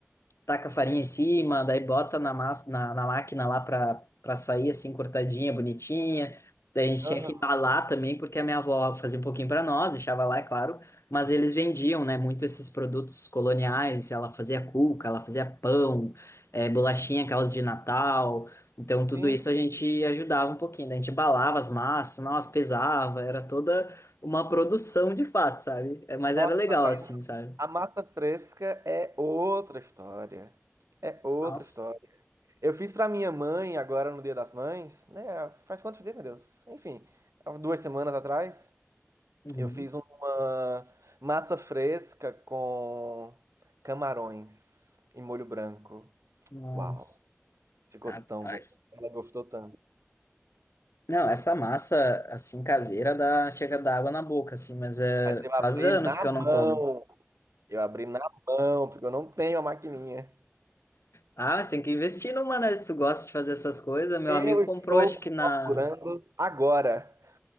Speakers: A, on the left; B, on the right.
A: taca a farinha em cima, daí bota na, massa, na, na máquina lá pra, pra sair assim, cortadinha, bonitinha. Daí a gente
B: aham.
A: tinha que embalar também, porque a minha avó fazia um pouquinho pra nós, deixava lá, é claro, mas eles vendiam, né, muito esses produtos coloniais, ela fazia cuca, ela fazia pão, eh, bolachinha, aquelas de Natal, então tudo
B: Sim.
A: isso a gente ajudava um pouquinho, né? A gente embalava as massas, nós pesava, era toda uma produção de fato, sabe? Eh, Mas
B: Nossa,
A: era legal assim, sabe?
B: A massa fresca é outra história. É outra
A: Nossa.
B: história. Eu fiz pra minha mãe agora no Dia das Mães, né? Faz quantos dias, meu Deus? Enfim, há duas semanas atrás,
A: Uhum.
B: eu fiz uma massa fresca com camarões e molho branco.
A: Nossa.
B: Uau, ficou
A: Rapaz.
B: tão bom. Ela gostou tanto.
A: Não, essa massa, assim, caseira, dá, chega a dar água na boca, assim, mas é,
B: Mas eu
A: faz
B: abri
A: anos
B: na
A: que eu
B: mão.
A: não como.
B: Eu abri na mão, porque eu não tenho a maquininha.
A: Ah, mas tem que investir numa, né? Se tu gosta de fazer essas coisas, meu
B: Eu
A: amigo
B: estou
A: comprou, acho que na...
B: procurando agora.